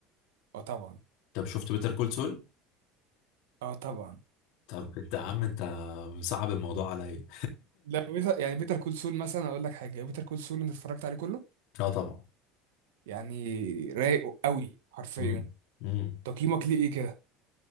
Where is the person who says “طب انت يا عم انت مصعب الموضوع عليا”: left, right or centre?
Left